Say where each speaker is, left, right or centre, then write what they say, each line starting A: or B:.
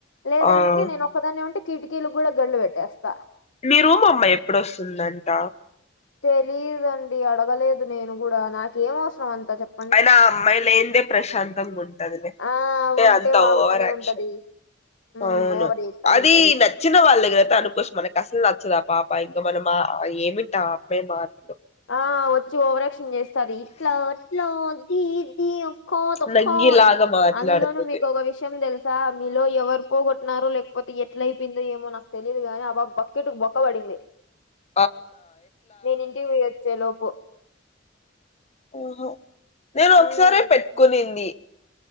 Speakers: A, on the left; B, on the left.
A: లేదంటే
B: ఆ
A: నేను ఒకదాన్నే ఉంటే కిటికీలు కూడా గళ్డ్లు పెట్టేస్తా
B: మీ రూమ్ అమ్మాయి ఎప్పుడోస్తుందంట
A: తెలిదండి అడగలేదు నేను కూడా నాకేం అవసరం అంత చెప్
B: అయినా ఆ అమ్మాయి లేనిదే ప్రశాంతంగా ఉంటందిలే
A: ఆ!
B: ఉంటే అంత
A: వాగుతానే
B: ఓవరక్షన్
A: ఉంటది. హ్మ్.
B: అవును
A: ఓవర్ జేత్తా
B: అది
A: ఉంటది.
B: న నచ్చిన వాళ్ళ దగ్గర అయితే అనుకోవచ్చు మనకి అసలు నచ్చదు ఆ పాప ఇకా మనం ఆ ఏమిటి ఆ అమ్మాయి మాటలు
A: ఆ వచ్చి ఓవరాక్షన్ చేస్తది ఇట్లా అట్ల అది ఇది కాదక్క
B: నంగిలాగా
A: అని
B: మాట్లాడుతది
A: అందులోనూ మీకు ఒక విషయం తెల్ స్స మీలో ఎవరికో పోగొట్టినరు లేకపోతే ఎట్ల అయిపోయిందో ఏమో నాకు తెలియదు గానీ ఆ పాప్ బక్కెట్ బొక్క పడింది
B: ఆ
A: నేను ఇంటికి పోయి వచ్చే లోపు
B: ఆహా నేను
A: హ్మ్.
B: ఒకసారే పెట్టుకునింది